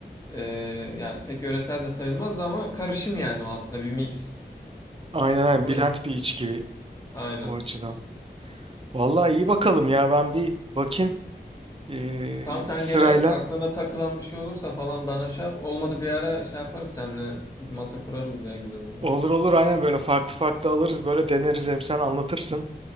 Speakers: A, on the left; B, on the right.
A: E, yani pek yöresel de sayılmazdı ama karışım yani o aslında bir mix.
B: Aynen aynen.
A: Ama-
B: Bilent bir içki
A: Aynen.
B: o açıdan. Vallahi iyi bakalım ya ben bir bakayım ee,
A: Tamam sen
B: sırayla.
A: gene aklına takılan bir şey olursa falan bana şey yap. Olmadı bir ara şey yaparız seninle masa kurarız ya güzel olur.
B: Olur olur aynen böyle farklı farklı alırız böyle deneriz hem sen anlatırsın.